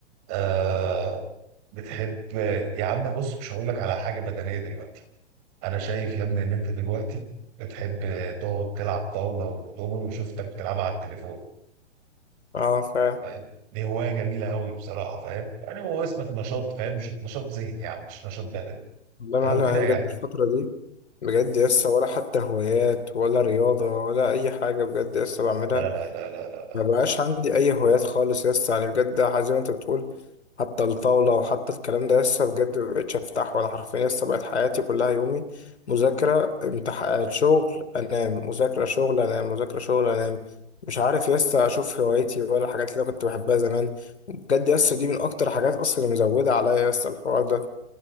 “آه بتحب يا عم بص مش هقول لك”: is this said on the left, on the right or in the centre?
Right